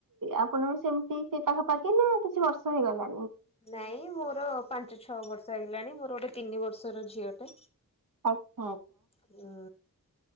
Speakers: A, on the right (about 65°); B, on the left (about 15°).
A: ଆପଣ ବି ସେମତି ସେ ସେ ପାଖାପାଖି ନା କିଛି ବର୍ଷ ହେଇଗଲା।
B: ନାଇଁ ମୋର ପାଞ୍ଚ ଛଅ ବର୍ଷ ହେଇଗଲାଣି ମୋର ଗୋଟେ ତିନି ବର୍ଷର ଝିଅଟେ
A: ଆଉ
B: ହୁଁ।